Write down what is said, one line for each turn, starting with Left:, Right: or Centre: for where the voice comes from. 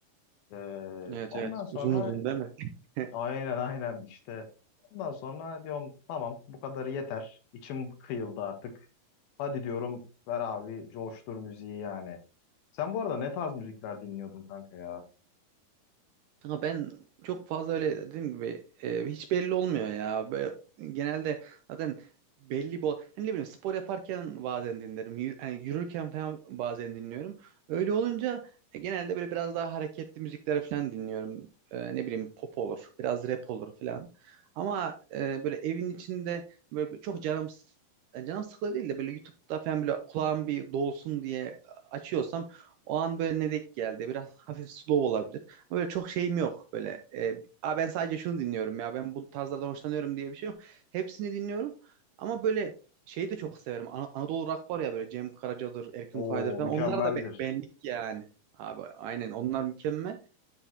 Left: Ee,
Right: Evet
Left: ondan
Right: evet
Left: sonra
Right: uzun uzun değil mi? <laughs>
Left: aynen aynen işte ondan sonra diyorum tamam bu kadarı yeter. İçim kıyıldı artık. Hadi diyorum ver abi coştur müziği yani. Sen bu arada ne tarz müzikler dinliyordun kanka ya?
Right: Kanka ben çok fazla öyle dediğim gibi e, hiç belli olmuyor ya. Böyle, genelde zaten belli bol. Hani ne bileyim spor yaparken bazen dinlerim. Yür- hani yürürken falan bazen dinliyorum. Öyle olunca e, genelde böyle biraz daha hareketli müzikler falan dinliyorum. E, ne bileyim pop olur, biraz rap olur falan. Ama e, böyle evin içinde böyle çok canım s- yani canım sıkılıyor değil de böyle YouTube'da falan böyle kulağım bir dolsun diye açıyorsam o an böyle ne denk geldi. Biraz hafif slow olabilir. Ama Böyle çok şeyim yok böyle. E, "Aa, ben sadece şunu dinliyorum ya ben bu tarzlardan hoşlanıyorum diye bir şey yok. Hepsini dinliyorum ama böyle şeyi de çok severim. Ana- Anadolu Rock var ya böyle Cem Karaca'dır, Erkin
Left: Oo
Right: Koray'dır falan
Left: mükemmeldir.
Right: onlar da be- benlik yani. Abi aynen onlar mükemmel.